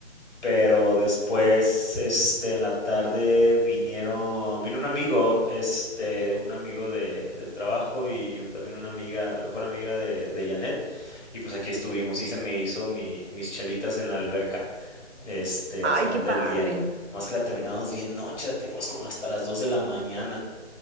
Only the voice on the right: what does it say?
Ay,
qué padre.